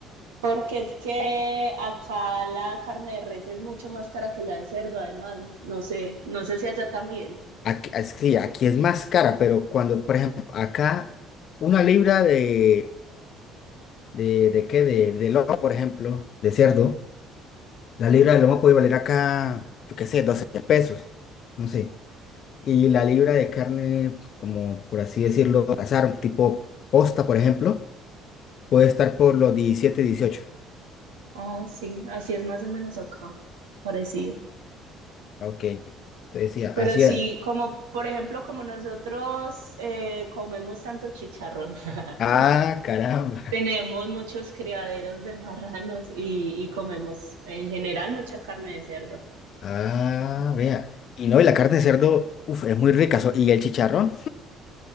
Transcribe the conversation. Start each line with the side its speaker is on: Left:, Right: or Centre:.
Right: Porque es que acá la carne de res es mucho más cara que la de cerdo, además. No sé, no sé si allá también.
Left: Aquí, ah, sí, aquí es más cara, pero cuando, por ejemplo, acá una libra de, de, de qué, de, de lomo, por ejemplo, de cerdo, la libra de lomo puede valer acá, yo qué sé, 12 pesos, no sé. Y la libra de carne, como por así decirlo, azar, tipo posta, por ejemplo, puede estar por los diecisiete dieciocho
Right: Ah, sí, así es más o menos acá, parecido.
Left: Ah, Ok, entonces sí, así
Right: Pero sí,
Left: es.
Right: como por ejemplo, como nosotros eh, comemos tanto chicharrón. <laughs>
Left: Ah, caramba. <laughs>
Right: Tenemos muchos criaderos de marranos y, y comemos en general mucha carne de cerdo.
Left: Ah, vea. Y no, y la carne de cerdo, uf, es muy rica. so- y el chicharrón.